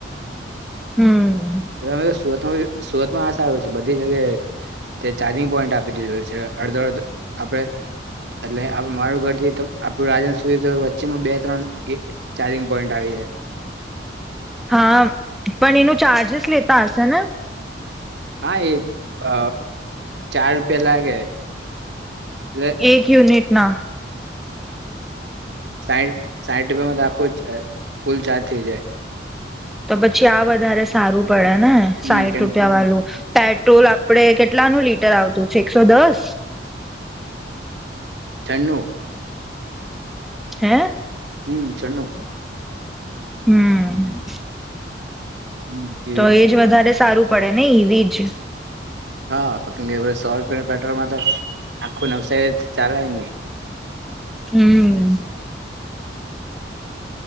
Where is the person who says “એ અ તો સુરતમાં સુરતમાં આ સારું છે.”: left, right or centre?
Right